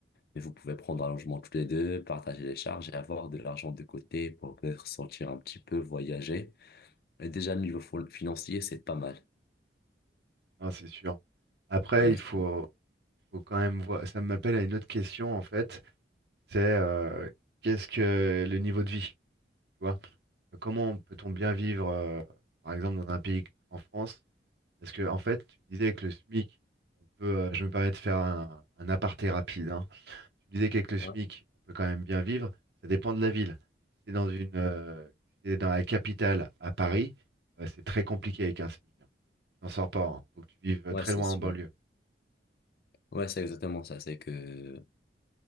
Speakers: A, on the left; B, on the right.
A: mais vous pouvez prendre un logement tous les deux, partager les charges et avoir de l'argent de côté pour peut-être sortir un petit peu, voyager. Et déjà, niveau fo- financier, c'est pas mal.
B: non, c'est sûr. Après,
A: Ouais,
B: il faut,
A: c'est
B: faut quand même voir. Ça m'appelle à une autre question, en fait. C'est euh, qu'est-ce que le niveau de vie, tu vois? Comment peut-on bien vivre, euh, par exemple, dans un pays en France? Parce que, en fait, tu me disais que le SMIC, on peut, euh, je me permets de faire un, un aparté rapide, hein. Tu me disais qu'avec le SMIC,
A: ouais,
B: on peut quand même bien vivre. Ça dépend de la ville. Si t'es dans une, euh, si t'es dans la capitale, à Paris, euh, c'est très compliqué avec un SMIC. hein. Tu n'en sors pas. hein. Faut que tu vives euh,
A: ouais,
B: très
A: c'est
B: loin
A: sûr.
B: en banlieue.
A: Ouais, c'est exactement ça. C'est que